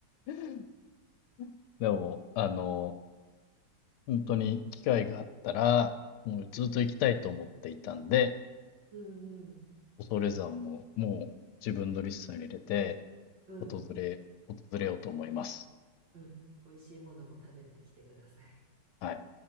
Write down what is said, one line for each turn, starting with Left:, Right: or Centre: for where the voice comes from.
Left: <laughs> でも、あの、本当に機会があったら、もうずっと行きたいと思っていたんで、
Right: うんうん。
Left: 恐山ももう自分のリストに入れて、
Right: うん。
Left: 訪れ、訪れようと思います。
Right: うん美味しいものも食べてきてください。
Left: はい。